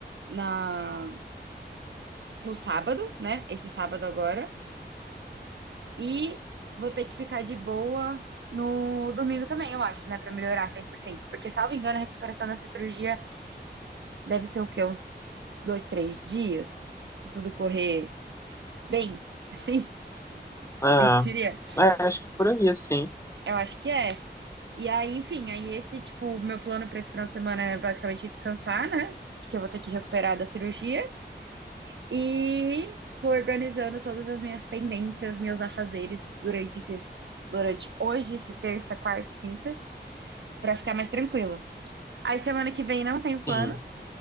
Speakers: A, on the right; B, on the left.
A: na no sábado, né? Esse sábado agora. E vou ter que ficar de boa no domingo também, eu acho, né? Pra melhorar 100%, Porque, salvo engano, a recuperação dessa cirurgia deve ser o quê? Uns dois, três dias? Se tudo correr bem, <laughs> assim,
B: Ah,
A: eu diria.
B: é, acho que por aí, sim.
A: Eu acho que é. E aí, enfim, aí esse, tipo, o meu plano para esse final de semana é basicamente descansar, né? Porque eu vou ter que recuperar da cirurgia. E tô organizando todas as minhas pendências, meus afazeres durante esses, durante hoje, esse terça, quarta, quinta, para ficar mais tranquila. Aí semana que vem não tenho planos.
B: Sim.